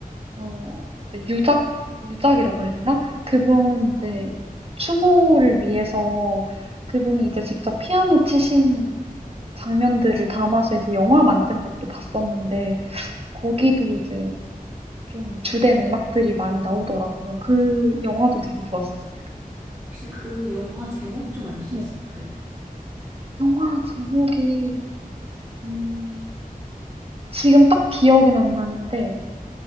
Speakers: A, on the right; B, in the centre.
A: 어, 이제 유작, 유작이라고 해야 되나? 그분 이제 추모를 위해서 그분이 이제 직접 피아노 치신 장면들을 담아서 이제 영화 만든 것도 봤었는데 거기도 이제 좀 주된 음악들이 많이 나오더라고요. 그 영화도 되게 좋았었어요.
B: 혹시 그 영화 제목 좀 알 수
A: 네,
B: 있을까요?
A: 영화 제목이 음, 지금 딱 기억은 안 나는데